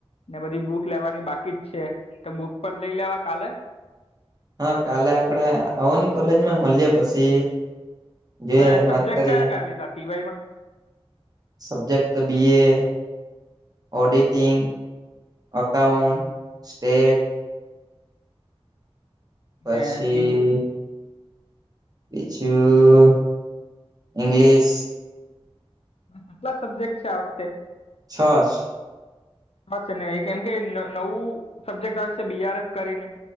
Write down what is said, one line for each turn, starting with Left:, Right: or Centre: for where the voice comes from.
Left: ને બધી બુક લેવાની બાકી જ છે તો બુક પણ લઈ લેવા કાલે
Right: હા કાલે આપડે આવો ની કોલેજમાં મલિએ પછી જોઈએ
Left: અને સબ્જેક્ટ
Right: વાત કરીએ
Left: કયા કયા લીધા તીવાય માં
Right: subject B A auditing accountant state પછી
Left: ને બીજું
Right: બીજું ઇંગ્લિશ
Left: આટલા જ સબ્જેક્ટ છે આ વખતે.
Right: છ સ
Left: હ છે ને એ કેમ કે નવું સબ્જેક્ટ આવે છે બીઆરએફ કરીને